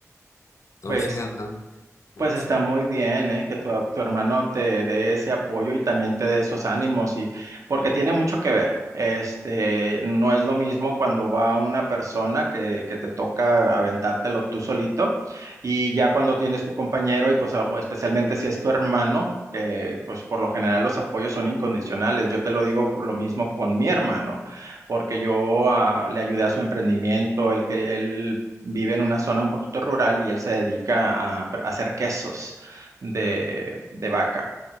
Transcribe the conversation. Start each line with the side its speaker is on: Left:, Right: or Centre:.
Left: Entonces
Right: Pues
Left: andan, no
Right: Pues
Left: sé.
Right: está muy bien, ¿eh? Que tu, a- tu hermano te dé ese apoyo y también te dé esos ánimos y porque tiene mucho que ver. Este, no es lo mismo cuando va una persona que, que te toca aventártelo tú solito y ya cuando tienes tu compañero y pues a- o especialmente si es tu hermano, que pues por lo general los apoyos son incondicionales. Yo te lo digo por lo mismo con mi hermano, porque yo ah, le ayudé a su emprendimiento, él, que- él vive en una zona un poquito rural y él se dedica a, pr- a hacer quesos de, de vaca.